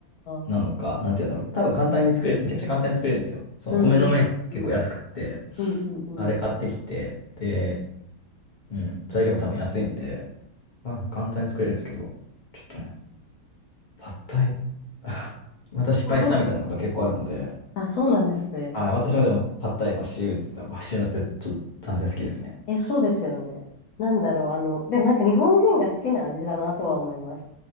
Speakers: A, on the left; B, on the left.
A: なのか、
B: あ。
A: なんていうんだろう。多分簡単に作れる、めちゃくちゃ簡単に作れるんですよ。その米の麺結構安くって、
B: うんうんうん。うんうんうん。
A: あれ買ってきて、で、うん、材料も多分安いんで、まあ、簡単に作れるんですけど、ちょっとね、パッタイ、<laughs> また失敗したみたいなことが結構あるので、
B: <laughs> あ、そうなんですね。
A: はい、私もでもパッタイ、バッシューって言ったら、バッシューの絶対断然好きですね。
B: え、そうですよね。なんだろう、あの、でもなんか日本人が好きな味だなとは思います。